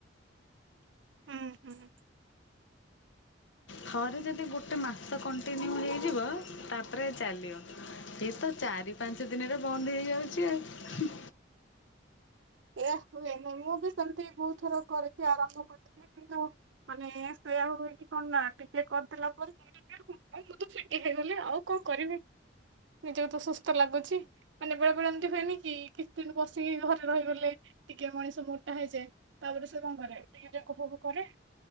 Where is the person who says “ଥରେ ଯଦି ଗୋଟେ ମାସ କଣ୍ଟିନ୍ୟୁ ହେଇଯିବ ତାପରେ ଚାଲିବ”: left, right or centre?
Left